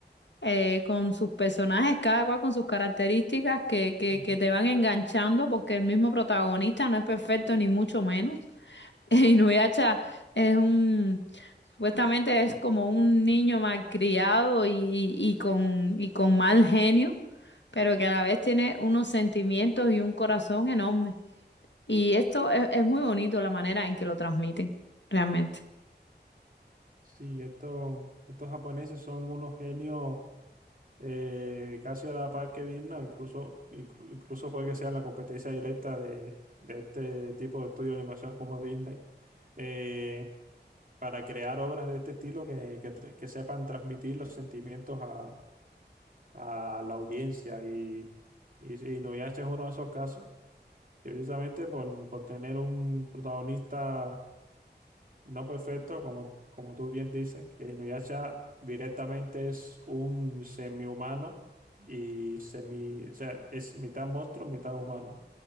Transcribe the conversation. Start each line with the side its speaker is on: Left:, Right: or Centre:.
Left: eh, con sus personajes, cada cual con sus características que, que,
Right: ujú.
Left: que te van enganchando porque el mismo protagonista no es perfecto ni mucho menos. <laughs> Inuyasha es un, supuestamente es como un niño malcriado y, y con, y con mal genio, pero que a la vez tiene unos sentimientos y un corazón enorme. Y esto es es muy bonito la manera en que lo transmiten, realmente.
Right: Sí, estos, estos japoneses son unos genios eh, casi a la par que dignos, incluso, inclu- incluso puede que sean la competencia directa de, de este tipo de estudio de animación como Disney. Eh, para crear obras de este estilo que, que tra- que sepan transmitir los sentimientos a, a la audiencia. Y, y, sí, Inuyasha es uno de esos casos, que precisamente por, por tener un protagonista no perfecto, como, como tú bien dices, que Inuyasha directamente es un semihumano y semi, o sea, es mitad monstruo, mitad humano.